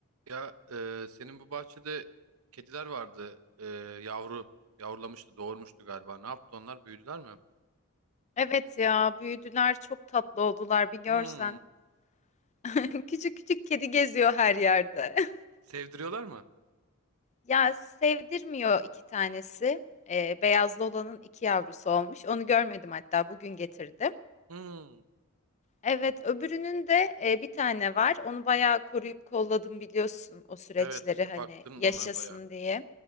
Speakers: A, on the right; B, on the left.
A: Ya e, senin bu bahçede kediler vardı. E, yavru yavrulamıştı, doğurmuştu galiba. Ne yaptı onlar? Büyüdüler mi?
B: Evet ya büyüdüler çok tatlı oldular bir görsen.
A: Hmm.
B: <laughs> Küçük küçük kedi geziyor her yerde. <laughs>
A: Sevdiriyorlar mı?
B: Ya sevdirmiyor iki tanesi. Ee, beyazlı olanın iki yavrusu olmuş. Onu görmedim hatta bugün getirdim.
A: Hmm.
B: Evet öbürünün de e, bir tane var. Onu bayağı koruyup kolladım biliyorsun o süreçleri
A: Evet,
B: hani
A: baktın
B: yaşasın
A: ona baya.
B: diye.